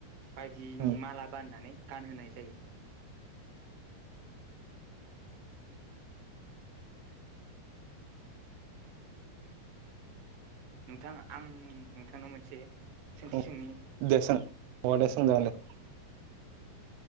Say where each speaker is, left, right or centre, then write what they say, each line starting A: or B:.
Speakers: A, on the right (about 65°); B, on the right (about 80°).
A: बायदिनि
B: दे
A: माला बानायनानै गानहोनाय जायो। नोंथां आं नोंथांनाव मोनसे सोंथि
B: अ
A: सोंनि
B: दे सों‌ अ दे सोंजागोनदे।